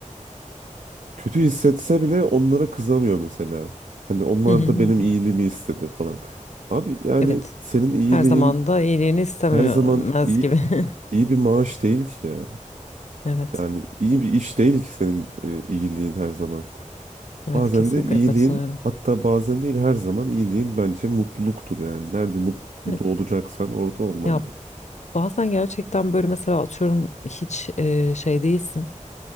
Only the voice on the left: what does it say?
Hı hı
hı.
Evet.
Her zaman da iyiliğini istemez
gibi. <laughs>
Evet.
Evet
kesinlikle
katılıyorum.
Evet.
Ya bazen gerçekten böyle mesela atıyorum hiç e, şey değilsin.